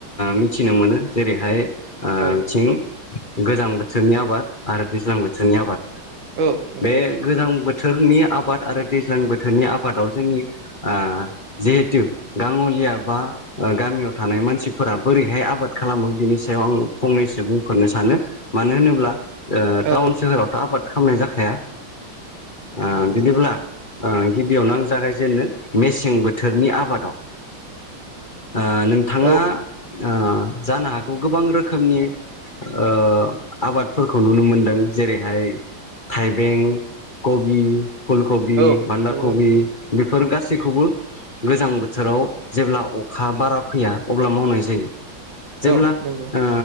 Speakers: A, on the left; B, on the right.
A: मिथिनो मोनो जेरैहाय ओ
B: औ
A: थिं गोजां बोथोरनि आबाद आरो दैज्लां बोथोरनि आबाद
B: औ नंगौ
A: बे
B: नंगौ
A: गोजां बोथोरनि आबाद आरो दैज्लां बोथोरनि आबादाव जोंनि आ जिहेथु गा लिया बा गामियाव थानाय मानसिफोरा बोरैहाय आबाद खालामो बिनि सायाव आं फंनैसो बुंफोर नो सानो मानो होनोब्ला ओ टाउन
B: औ
A: सोहोरावथ' आबाद खालामनाय जाखाया आ बिदिब्ला आ गिबियावनो आं जागायजेननो मेसें बोथोरनि आबादाव ओ नोंथाङा
B: औ
A: ओ जानो हागौ गोबां रोखोमनि ओ आबादफोरखौ नुनो मोनदों जेरैहाय थाइबें कबि फुल कबि
B: औ औ
A: बानदा
B: नंगौ
A: कबि
B: नंगौ
A: बेफोर गासैखौबो गोजां बोथोराव जेब्ला अखा बारा फैया अब्ला मावनाय जायो जेब्ला
B: औ
A: ओ
B: नंगौ